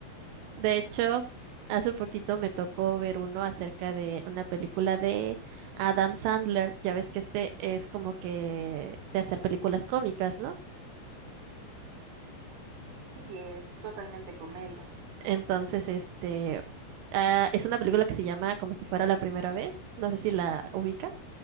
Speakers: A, on the right; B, on the right.
A: De hecho, hace poquito me tocó ver uno acerca de una película de Adam Sandler. Ya ves que este es como que de hacer películas cómicas, ¿no?
B: Sí, es totalmente comedia
A: Entonces, este, ah, es una película que se llama Como si fuera la primera vez. No sé si la ubicas.